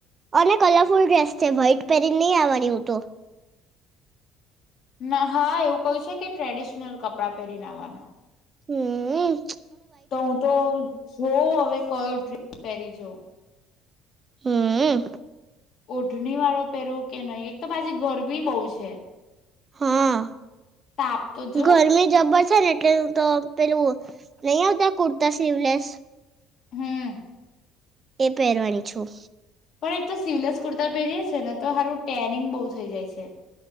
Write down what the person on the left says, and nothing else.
ના હા એવું કયુ છે કે ટ્રેડિશનલ કપડા પહેરીને આવાના.
તો ઉં તો જોઉં અવે કયો ડ્રે પ્હેરી જો
ઓઢણીવાળો પેરુ કે નઈ, એક તો પાછી ગરમી બઉ છે.
તાપ તો જો
હમ્મ.
પણ એક તો સીવલેસ કુર્તા પહેરીએ છે ને તો હારું ટેનિંગ બઉ થઈ જાય છે.